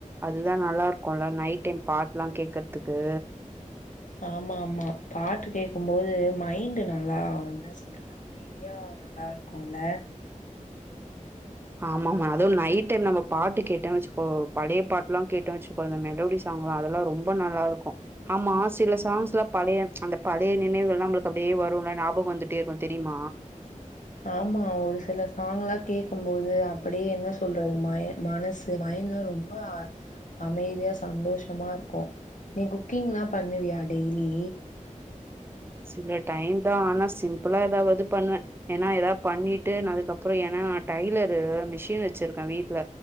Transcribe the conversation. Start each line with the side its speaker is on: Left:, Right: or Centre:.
Right: அதுதா நல்லாருக்குல நைட் டைம் பாட்லா கேக்கர்துக்கு
Left: ஆமா ஆமா பாட்டு கேக்கும்போது மைண்ட்டு நல்லா என்னா சொல்றது அமைதியா நல்லார்க்கூல
Right: ஆமாமா அதுவு நைட் டைம் நம்ம பாட்டு கேட்டே வச்சுக்கோ பழைய பாட்லா கேட்டே வச்சுக்கோ அந்த மெலோடி சாங்லா அதெல்லா ரொம்ப நல்லாருக்கு ஆமா சில சாங்ஸ்லா பழைய அந்த பழைய நினைவுகள் நம்ளுக் அப்டியே வருல்ல நாபகொ வந்துட்டே இருக்கு தெரியுமா
Left: ஆமா ஒரு சில சாங்லா கேட்கும்போது அப்டி என்ன சொல்றது மை மனசு மைண்ல்லா ரொம்ப அமைதியா சந்தோஷமா இருக்கு நீ குக்கிங்லா பண்ணுவியா டெய்லீ
Right: சில டைம் தா ஆனா சிம்ப்புளா ஏதாவது பண்வே ஏன்னா எதா பண்ணிட்டு நா அதுக்கப்றொ ஏனா டைலரூ மிஷின் வச்சிருக்கே வீட்ல